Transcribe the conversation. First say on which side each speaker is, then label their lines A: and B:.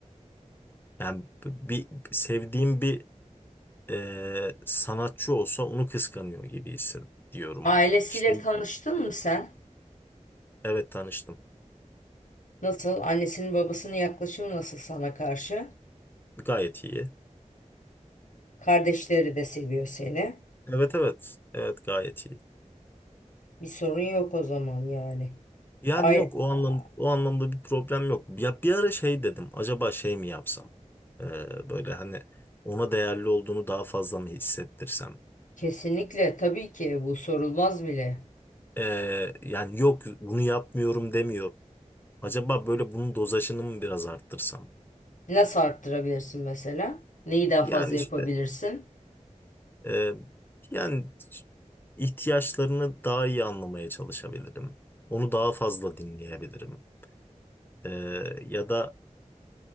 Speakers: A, on the left; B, on the left.
A: Yani b- bir sevdiğim bir e, sanatçı olsa onu kıskanıyor gibi hissediyorum.
B: Ailesiyle
A: İşte
B: tanıştın mı sen?
A: evet tanıştım.
B: Nasıl? Annesinin babasının yaklaşımı nasıl sana karşı?
A: Gayet iyi.
B: Kardeşleri de seviyor seni.
A: Evet evet. Evet gayet iyi.
B: Bir sorun yok o zaman yani.
A: Yani
B: Ay
A: yok o anlam
B: a-
A: o anlamda bir problem yok. Ya bir ara şey dedim. Acaba şey mi yapsam? Ee, böyle hani ona değerli olduğunu daha fazla mı hissettirsem?
B: kesinlikle tabii ki bu sorulmaz bile.
A: Ee, yani yok bunu yapmıyorum demiyorum. Acaba böyle bunun dozajını mı biraz arttırsam?
B: Nasıl arttırabilirsin mesela? Neyi daha
A: Yani
B: fazla yapabilirsin?
A: işte e, yani ihtiyaçlarını daha iyi anlamaya çalışabilirim. Onu daha fazla dinleyebilirim. Ee, ya da